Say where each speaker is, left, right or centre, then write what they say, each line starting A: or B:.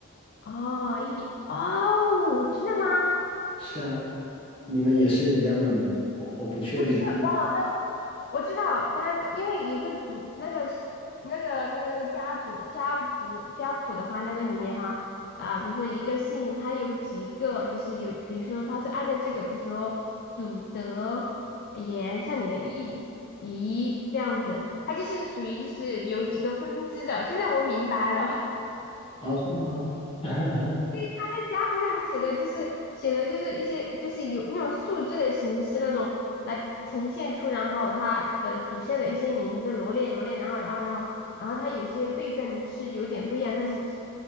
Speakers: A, on the left; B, on the left.
A: 哦，一哦，真的吗？
B: 是啊。你们也是一样的吗？我我不确定。
A: 不是，哇，我知道他，因为一个族那个那个那个那个家族家族家谱的话，那个里面哈啊，比如说一个姓，他有几个，就是有，比如说他是按照这个，比如说祖德言，像你的义仪这样子，它就是属于就是有几个分支的。现在我明白了，<laughs>
B: 哦，是吗？<laughs>
A: 在家谱上面写的就是写的就是一些就是有用数字的形式那种来呈现出，然后它的主线的一些名字罗列罗列，然后然后然后然后它有些辈分是有点不一样，但是是